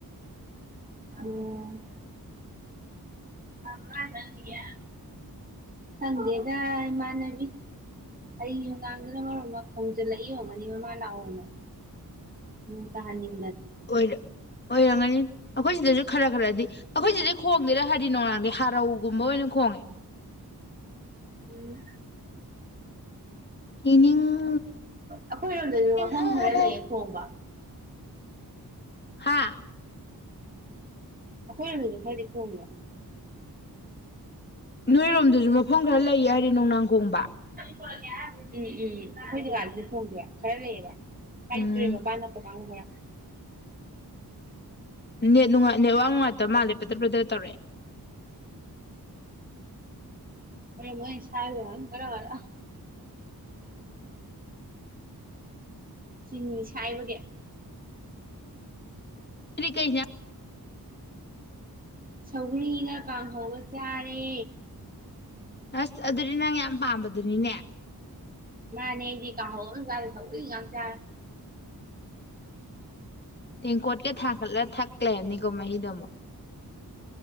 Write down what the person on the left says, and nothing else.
ꯑꯣꯏꯔꯝꯒꯅꯤ ꯑꯩꯈꯣꯏ ꯁꯤꯗꯁꯨ ꯈꯔ ꯈꯔꯗꯤ ꯑꯩꯈꯣꯏ ꯁꯤꯗꯤꯩ ꯈꯣꯡꯗꯦꯔ ꯍꯗꯤ ꯅꯨꯡꯂꯥꯡꯗꯤ ꯍꯔꯧꯒꯨꯝꯕ ꯑꯣꯏꯅ ꯈꯣꯡꯉꯦ
ꯌꯦꯅꯤꯡ
ꯍꯔꯥꯎ
ꯍꯥꯥ
ꯅꯣꯏꯔꯣꯝꯗꯁꯨ ꯃꯐꯝ ꯈꯔ ꯂꯩ ꯍꯥꯏꯔꯦ ꯅꯨꯡꯅꯥꯡ ꯀꯣꯡꯕ
ꯎꯝ
ꯅꯦꯠꯅꯨꯡꯥꯏ ꯅꯦꯠ ꯋꯥ ꯅꯨꯡꯉꯥꯏꯇꯕ ꯃꯥꯜꯂꯦ ꯄꯗꯔ ꯄ꯭ꯔꯗꯔ ꯇꯧꯔꯑꯦ
ꯁꯤꯗꯤ ꯀꯩ
ꯑꯁ ꯑꯗꯨꯗꯤ ꯅꯪ ꯌꯥꯝ ꯄꯥꯝꯕꯗꯨꯅꯤꯅꯦ
ꯇꯦꯡꯀꯣꯠꯀꯥ ꯊꯥꯡꯒꯜꯂ ꯊꯛꯂꯩꯔꯝꯅꯤ ꯃꯍꯤꯗ ꯑꯃ